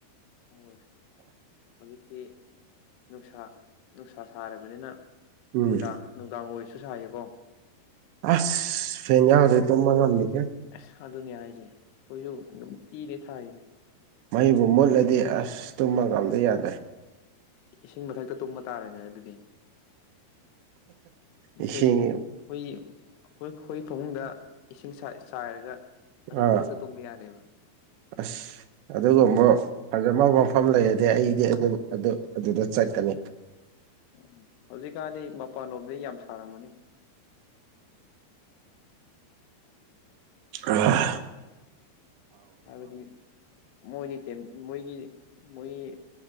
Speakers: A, on the left; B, on the right.
A: ꯍꯣꯏ ꯍꯧꯖꯤꯛꯇꯤ ꯅꯨꯡꯁꯥ ꯅꯨꯡꯁꯥ ꯁꯥꯔꯕꯅꯤꯅ ꯅꯨꯡꯗꯥꯡ
B: ꯎꯝ
A: ꯅꯨꯡꯗꯥꯡ ꯑꯣꯏꯔꯁꯨ ꯁꯥꯌꯦꯀꯣ
B: ꯑꯁ ꯐꯦꯡ ꯌꯥꯎꯗꯦ ꯇ ꯃꯉꯜꯅꯤꯦ
A: ꯑꯁ ꯑꯗꯨꯅꯦ ꯍꯥꯏꯁꯦ ꯑꯩꯈꯣꯏꯁꯨ ꯅꯨꯡꯇꯤꯅꯦ ꯊꯥꯏꯔꯤꯅꯦ
B: ꯃꯍꯩꯕꯨ ꯃꯨꯠꯂꯗꯤ ꯑꯁ ꯇꯨꯝꯃ ꯉꯥꯟꯝꯗ ꯌꯥꯗ꯭ꯔꯦ
A: ꯏꯁꯤꯡ ꯃꯊꯛꯇ ꯇꯨꯝꯕ ꯇꯥꯔꯦꯅꯦ ꯑꯗꯨꯗꯤ
B: ꯏꯁꯤꯡ
A: ꯠꯇ ꯑꯩꯣꯏ ꯍꯣꯏ ꯑꯩꯈꯣꯏ ꯐꯃꯨꯡꯗ ꯏꯁꯤꯡ ꯆꯥꯏꯔꯒ ꯑꯗꯨꯝ
B: ꯑꯥ
A: ꯃꯊꯛꯇ ꯇꯨꯝꯕ ꯌꯥꯔꯦꯕ
B: ꯑꯁ ꯑꯗꯨꯒꯨꯝꯕ ꯐꯖꯃꯕ ꯃꯐꯝ ꯂꯩꯔꯗꯤ ꯑꯩꯗꯤ ꯑꯗꯨꯝ ꯑꯗꯨꯗ ꯆꯠꯀꯅꯤ
A: ꯎꯝ ꯍꯧꯖꯤꯛꯀꯥꯟꯗꯤ ꯃꯄꯥꯟꯂꯣꯝꯗ ꯌꯥꯝ ꯁꯥꯔꯝꯃꯅꯤ
B: ꯑ
A: ꯍꯥꯏꯕꯗꯤ ꯃꯣꯏꯗꯤ ꯃꯣꯏꯒꯤ ꯃꯣꯏꯒꯤ